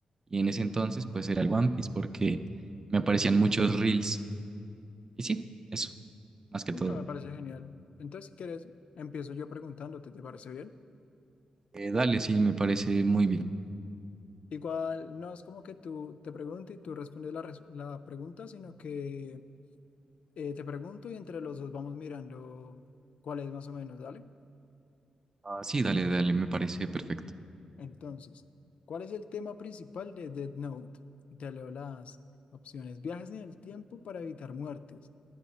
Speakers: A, on the right; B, on the left.
A: Y en ese entonces pues era el One Piece porque me aparecían muchos reels. Y sí, eso, más que
B: Hombre,
A: todo.
B: me parece genial. Entonces, si quieres, empiezo yo preguntándote, ¿te parece bien?
A: Eh, dale, sí, me parece muy bien.
B: Igual, no es como que tú te preguntes y tú respondes la, res- la pregunta, sino que eh, te pregunto y entre los dos vamos mirando cuál es más o menos, ¿dale?
A: Ah, sí, dale, dale, me parece perfecto.
B: Entonces, ¿cuál es el tema principal de Death Note? Y Te leo las opciones. Viajes en el tiempo para evitar muertes.